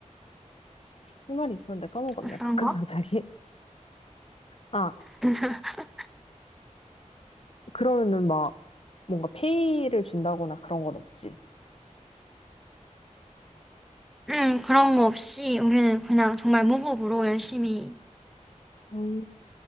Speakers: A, on the left; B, in the centre.
A: 할 말이 있었는데 까먹었네.
B: 어떤
A: 가끔
B: 거?
A: 갑자기. 아,
B: <laughs>
A: 그러면은 막 뭔가 페이를 준다거나 그런 건 없지.
B: 음, 그런 거 없이 우리는 그냥 정말 무급으로 열심히
A: 음.